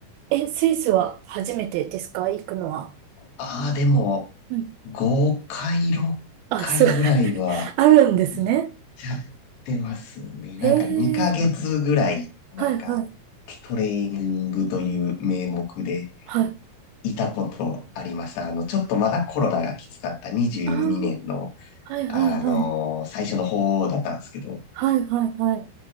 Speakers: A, on the right; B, on the left.
A: え、スイスは初めてですか行くのは。
B: ああ、でも、
A: うん。
B: 5回、6回ぐらいは
A: あ、すごい、<laughs> あるんですね。
B: 行っちゃってますね。なんか2ヶ月ぐらい、
A: へえ、
B: なんか
A: はいはい、
B: トレーニングという名目で
A: はい。
B: いたことありました。あの、ちょっとまだコロナがきつかった22年の
A: ああ、はいはいはい。
B: あのー最初の方だったんですけど、
A: はいはいはい。っ